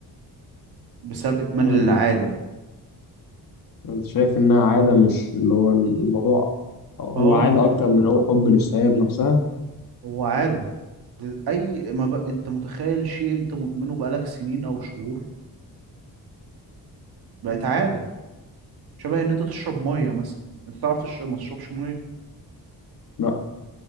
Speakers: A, on the right; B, on the left.
A: بسبب إدمان
B: يعني
A: العادة
B: انت شايف انها عاده مش اللي هو الموضوع هو
A: اه
B: عاده اكتر من هو حب للسيارة نفسها
A: هو عادة أي ما بقى أنت متخيل شيء أنت مدمنه بقالك سنين أو شهور بقت عادة شبه إن أنت تشرب مية مثلا أنت تعرف تشرب ما تشربش مية
B: لا